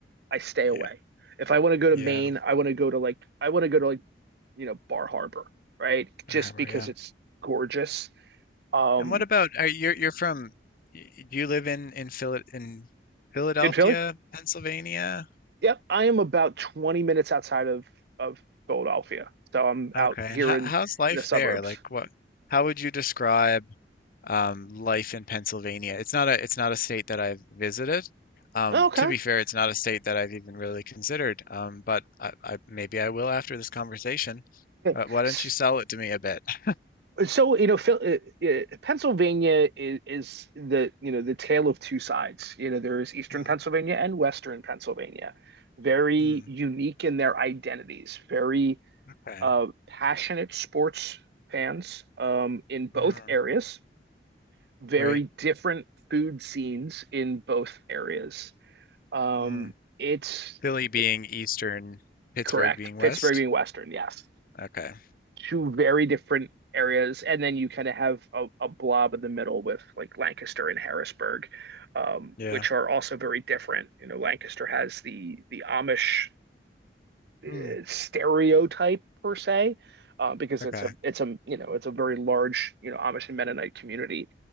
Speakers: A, on the right; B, on the left.
A: I stay away.
B: yeah,
A: If I want to go to
B: yeah.
A: Maine, I want to go to like I want to go to like, you know, Bar Harbor, right?
B: Bar
A: Just
B: Harbor,
A: because
B: yeah.
A: it's gorgeous. Um
B: And what about are you're you're from? y- Do you live in in Phil in Philadelphia,
A: in Philly?
B: Pennsylvania?
A: Yep, I am about 20 minutes outside of of Philadelphia. So I'm out
B: Okay.
A: here
B: And how,
A: in
B: how's life
A: in the suburbs.
B: there? Like what? How would you describe? um, life in Pennsylvania. It's not a it's not a state that I've visited. Um,
A: Okay.
B: to be fair, it's not a state that I've even really considered. Um, but I, I, maybe I will after this conversation. Uh,
A: <laughs>
B: why don't you sell it to me a bit? <laughs>
A: so you know Phil, uh, uh, pennsylvania is, is the you know the tale of two sides you know there is eastern
B: Mm,
A: pennsylvania and western pennsylvania very
B: mm,
A: unique in their identities very
B: okay.
A: uh, passionate sports fans um, in both
B: Mm,
A: areas very
B: right.
A: different food scenes in both areas um,
B: Mm.
A: it's
B: Philly being
A: it,
B: eastern, Pittsburgh
A: correct
B: being west.
A: pittsburgh being western yes
B: Okay.
A: two very different areas, and then you kind of have a, a blob in the middle with like Lancaster and Harrisburg, um,
B: Yeah.
A: which are also very different. You know, Lancaster has the the Amish uh,
B: Mm,
A: stereotype per se, uh, because
B: okay.
A: it's a it's a you know it's a very large you know Amish and Mennonite community,